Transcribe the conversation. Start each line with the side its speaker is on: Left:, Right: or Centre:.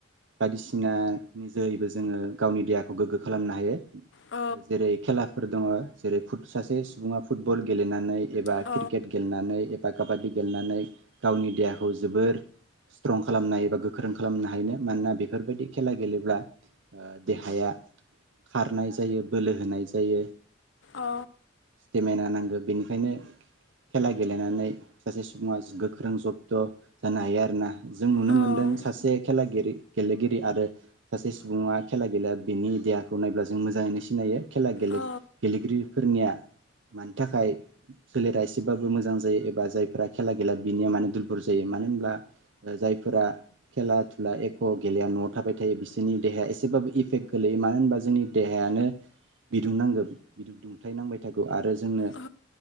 Right: बायदिसिना नि जोरैबो जोङो गावनि देहाखौ गोग्गो खालामनो हायो।
Left: औ
Right: जेरै खेलाफोर दङ। जेरै फुट सासे सुबुङा फुटबल गेलेनानै एबा
Left: औ
Right: क्रिकेट गेलेनानै बा काबादि गेलनानै गावनि देहाखौ जोबोर स्ट्रं खालामनो हायो एबा गोख्रों खालामनो हायो। मानोना बेफोरबायदि खेला गेलेब्ला ओ देहाया खारनाय जायो बोलो होनाय जायो
Left: औ
Right: स्टेमिना नांगौ बेनिखायनो खेला गेलेनानै सासे सुबुङा गोख्रों जब्थ' जानो हायो आरोना। जों नुनो
Left: औ
Right: मोन्दों सासे खेला गिरि गेलेगिरि आरो सासे सुबुङा खेला गेलेया बिनि देहाखौ नायब्ला जों मोजाङैनो सिनायो। खेला गेले
Left: औ
Right: गेलेगिरिफोरनिया मानि थाखाय सोलेरा एसेबाबो मोजां जायो एबा जायफोरा खेला गेला बिनिया मानो दुरबल जायो मानो होनब्ला अ जायफोरा खेला थुला एक' गेलेया न'आव थाबाय थायो बिसोरनि देहाया एसेबाबो इफेक्ट गोलैयो मानो होनबा जोंनि देहायानो बिदुंनांगौ बि दुंथाय नांबाय थागौ आरो जोंनो
Left: औ